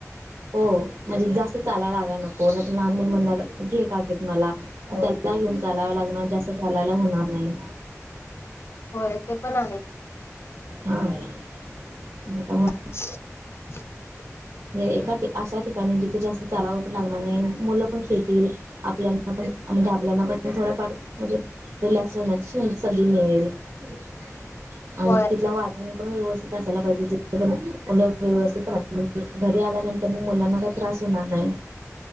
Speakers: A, on the right (about 70°); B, on the left (about 50°).
A: हो म्हणजे जास्त चालायला लागायला नको नाही तर लहान मूल म्हणणार घे का मला त्याला घेऊन चालाव लागणार जास्त चालायला होणार नाही.
B: होय ते पण आहेच.
A: हा, <unintelligible>
B: <unintelligible>
A: एका अशा ठिकाणी जिथे जास्त चलावर लागणार नाही मुलं पण खेळतील आपल्या पण म्हणजे आपल्याना पण थोडफार म्हणजे रिलॅक्स होण्याची सधी मिळेल <inaudible> आणि
B: होय
A: तिथलं वातावरण पण व्यवस्थित असायला पाहिजे जेणेकरून व्यवस्थितपणे राह घरी आल्यानंतर मुलांना काही त्रास होणार नाही,